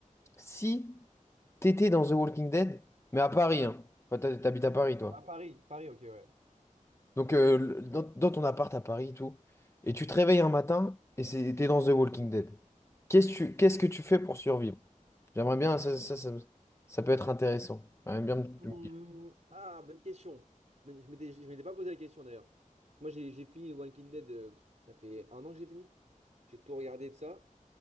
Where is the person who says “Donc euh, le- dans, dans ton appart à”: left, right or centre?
Left